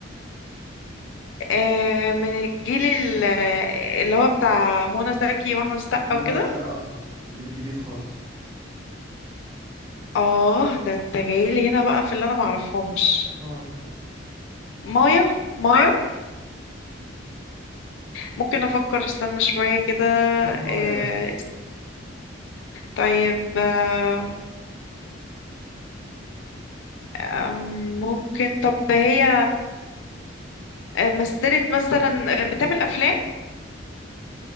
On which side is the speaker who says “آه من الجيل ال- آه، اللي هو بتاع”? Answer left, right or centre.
Left